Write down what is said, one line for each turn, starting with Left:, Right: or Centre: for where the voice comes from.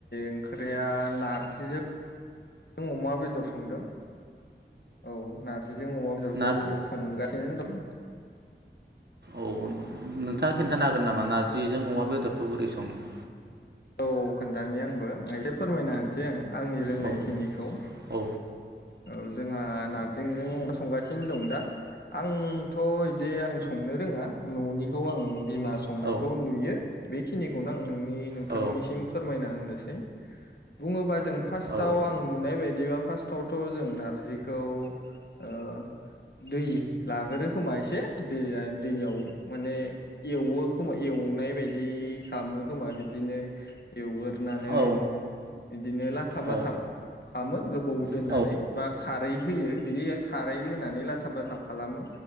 Left: ओंख्रिया नारजिजों अमा बेदर संदों। औ नारजिजों अमा बेदरखौ
Right: नार
Left: संगा जेन दं
Right: औ नोंथाङा खिन्थानो हागोन नामा नारजिजों अमा बेदरखौ बोरै संङो?
Left: औ खोन्थानि आंबो एसे फोरमायना होनसै आं। आंनि रोंनायखिनिखौ
Right: औ औ
Left: औ जोंहा नारजिजों अमा संगासिनो दं दा आं थ' इदि आं संनो रोङा न'निखौ आं बिमा संनायखौ
Right: औ
Left: नुयो। बे खिनिखौनो आं नोंनि नोंथांनिसिम
Right: औ
Left: फोरमायना होनो सै बुङोबा जों फार्स्टआव
Right: औ
Left: आं नुनाय बायदिबा फार्स्टआवथ' जों नारजिखौ ओ दै लाग्रोयो खोमा एसे दै दैयाव माने एवो खोमा एवनाय बायदि खालामो खोमा बि दिनो एवो एवनानै
Right: औ
Left: बिदिनो लाथाब-लाथाब
Right: औ
Left: खामो। गोबाव दोननानै
Right: औ
Left: बा खारै होयो बिदिहाय खारै होनानै लाथाब-लाथाब खालामो